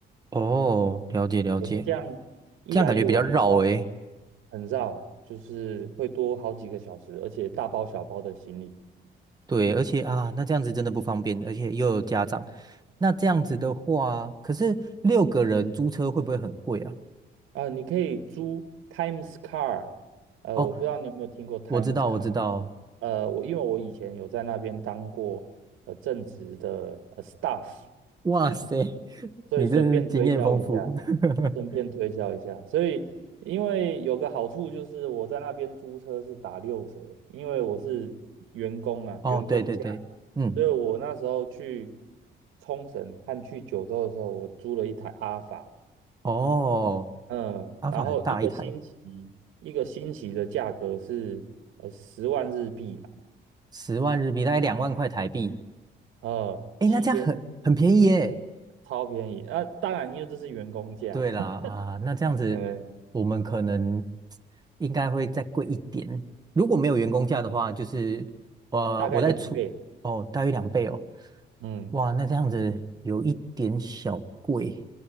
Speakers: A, on the right; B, on the right.
A: 哦，了解了解。
B: 可是这样一来一往然后
A: 这样感觉比较绕诶。
B: 很绕，就是会多好几个小时，而且大包小包的行李。
A: 对，而且啊，那这样子真的不方便，而且又有家长。那这样子的话，可是六个人租车会不会很贵啊？
B: 啊、你可以租 Times Car，呃，
A: 哦，
B: 我不知道你有没有听过 Times
A: 我知道，
B: Car，
A: 我知道。
B: 呃，我因为我以前有在那边当过呃正职的呃 staff，
A: 哇塞，
B: 所以顺便推销一下，
A: 你真是经验丰富。<laughs>
B: 顺便推销一下。所以因为有个好处就是我在那边租车是打六折，因为我是员工啊，
A: 哦，
B: 员工价，
A: 对对对，嗯，
B: 所以我那时候去冲绳和去九州的时候，我租了一台阿法，
A: 哦，
B: 嗯，
A: 阿法很大一台，
B: 然后一个星期一个星期的价格是呃十万日币吧，
A: 十万日币，大概两万块台币。
B: 呃，
A: 诶，
B: 七天
A: 那这样很很便宜耶。
B: 超便宜。啊，当然因为这是员工价，
A: 对啦，
B: <laughs>
A: 啊，那这样子，
B: 嗯，
A: 我们可能应该会再贵一点。如果没有员工价的话，就是呃，
B: 大概两倍，
A: 我在出哦，大约两倍哦。
B: 嗯。
A: 哇，那这样子有一点小贵